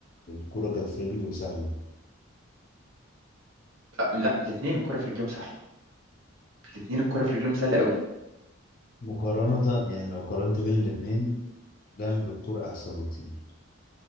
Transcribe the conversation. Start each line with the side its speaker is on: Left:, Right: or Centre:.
Left: الكرة جت في رجله وسهلة
Right: أ- لا الاثنين الكره في رجلهم سهله الاثنين الكره في رجلهم سهله قوي
Left: مقارنة يعني لو قارنت بين الاتنين لام بالكرة احسن بكتير